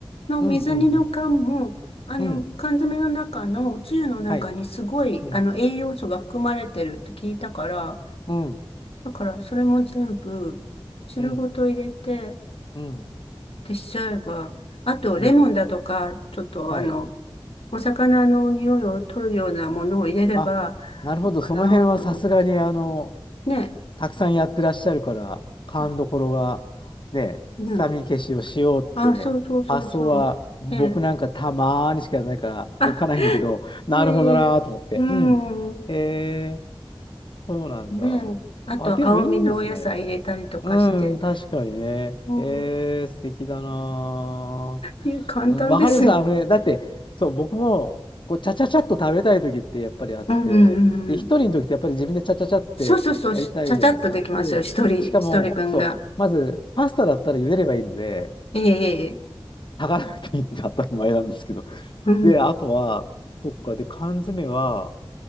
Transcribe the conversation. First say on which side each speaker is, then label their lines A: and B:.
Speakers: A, on the left (about 80°); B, on the left (about 55°).
A: の水煮の缶も、
B: うんうん
A: あの、
B: うん。うん。
A: 缶詰の中のおつゆの中にすごい、
B: はい。うん。
A: あの、栄養素が含まれてるって聞いたから、
B: うん。
A: だからそれも全部汁ごと入れてっ
B: うん。うん。
A: てしちゃえば、あとレモンだとか、
B: うん。
A: ちょっとあの、
B: はい。
A: お魚の匂いを取るようなものを入れれば、
B: あ、なるほど。
A: かなと思って。
B: その辺はさすがに、あの、
A: ね。
B: たくさんやってらっしゃるから、勘どころは、
A: あ、
B: ね、
A: うん。
B: 臭み消しをしようって、
A: あ、そうそうそうそう。
B: 発想は僕なんかたまーにしかやらないから、
A: ね。あ、
B: 置かないんだけど、なるほどなーと思って。
A: ねえ、うん。
B: うん。へえ、そうなんだ。
A: ねえ。あと、
B: あ、でもいいですね。
A: 青みのお野菜入れたりとかして。
B: うん、確かにね。
A: うん。
B: へえ、素敵だな
A: いや簡単ですよ。
B: ー。うん、わかります。あのね、だって、そう、僕も、こう、ちゃちゃちゃっと食べたい時ってやっぱりあって、
A: うんうんうんうん。
B: で、一人の時ってやっぱり自分でちゃちゃちゃってやりたいじゃないですか。
A: そうそうそう。しちゃちゃっとできますよ。
B: で、
A: 一人、
B: しかも、
A: 一人分が。
B: そう、まず、パスタだったら茹でればいいので、
A: ええ、ええ
B: 炊かなくていいので当たり前なんですけど。
A: うん。
B: で、あとは、そっか、で、缶詰は、